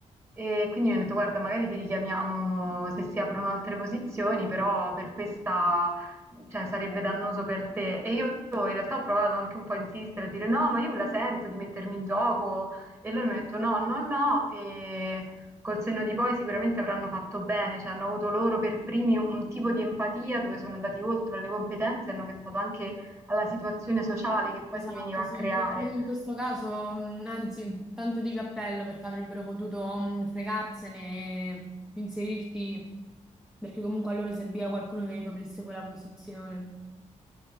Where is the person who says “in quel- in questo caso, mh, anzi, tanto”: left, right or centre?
Centre